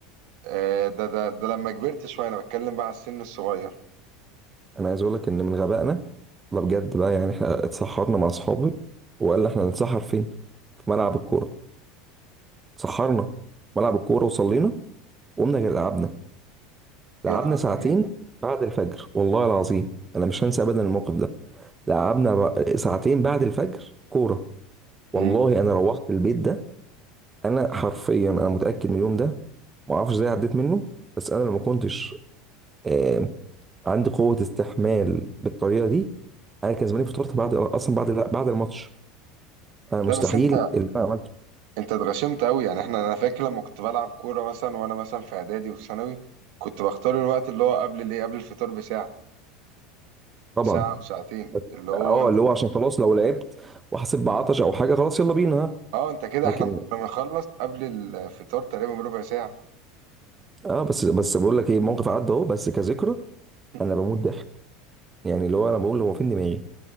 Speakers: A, on the right; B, on the right.
A: آه ده ده ده لما كبرت شويه انا بتكلم بقى على السن الصغير
B: انا عايز اقول لك ان من غبائنا لا بجد بقى يعني احنا اتسحرنا مع اصحابي وقال لي احنا هنتسحر فين في ملعب الكوره اتسحرنا في ملعب الكوره وصلينا وقمنا جا- لعبنا لعبنا
A: يا نهار
B: ساعتين
A: ابيض
B: بعد الفجر والله العظيم انا مش هنسى ابدا الموقف ده لعبنا بقى- ساعتين بعد الفجر كوره والله
A: مم.
B: انا روحت البيت ده انا حرفيا انا متاكد من اليوم ده ما اعرفش ازاي عديت منه بس انا لو ما كنتش آه، عندي قوه استحمال بالطريقه دي انا كان زماني فطرت بعد اصلا بعد بعد الماتش انا مستحيل
A: لا بس انت
B: اللي انا عملته
A: انت اتغشمت قوي يعني احنا انا فاكر لما كنت بلعب كوره مثلا وانا مثلا في اعدادي وفي ثانوي كنت بختار الوقت اللي هو قبل الايه قبل الفطار بساعه
B: طبعا
A: ساعه وساعتين
B: بس-
A: اللي هو
B: اه اللي هو عشان خلاص لو لعبت وحسيت بعطش او حاجه خلاص يلا بينا ها
A: اه انت كده
B: لكن
A: احنا كنا بنخلص قبل الفطار تقريبا بربع ساعة
B: اه بس بس بقول لك ايه موقف عدى اهو بس كذكرى
A: <laughs>
B: انا بموت ضحك يعني اللي هو انا بقول هو فين دماغي